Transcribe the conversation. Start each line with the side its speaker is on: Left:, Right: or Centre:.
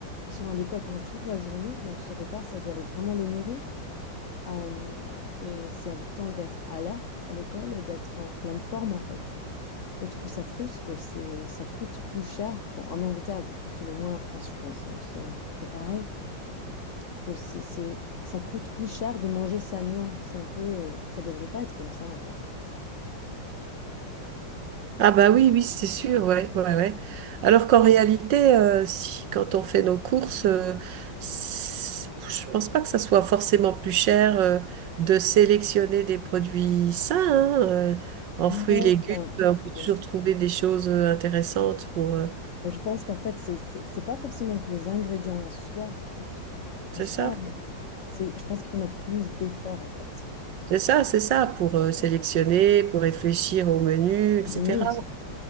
Left: ils sont à l'école pendant toute la journée, donc ce repas ça doit les, vraiment les nourrir. Euh, et c'est important d'être alerte à l'école et d'être en pleine forme en fait. Et je trouve ça triste que c'est, ça coûte plus cher. Bon, en Angleterre, du coup, c'est le moins en France, je pense, euh, c'est un peu pareil. Que c'est, c'est, ça coûte plus cher de manger sainement. C'est un peu, euh, ça devrait pas être comme ça, en fait.
Right: Ah bah oui, oui, c'est sûr, ouais, ouais, ouais. Alors qu'en réalité, euh, si, quand on fait nos courses, euh, c'est- je pense pas que ça soit forcément plus cher euh, de sélectionner des produits sains, hein, euh, en
Left: Non,
Right: fruits et légumes,
Left: enfin,
Right: euh, on peut toujours
Left: oui.
Right: trouver des choses euh, intéressantes pour, euh,
Left: Et Je pense qu'en fait, c'est, c'est, c'est pas forcément que les ingrédients en soi coûtent plus
Right: c'est
Left: cher,
Right: ça?
Left: mais c'est, je pense qu'il faut mettre plus d'efforts, en fait.
Right: C'est ça, c'est ça, pour euh, sélectionner, pour réfléchir au menu, etc.
Left: Cuisiner aussi.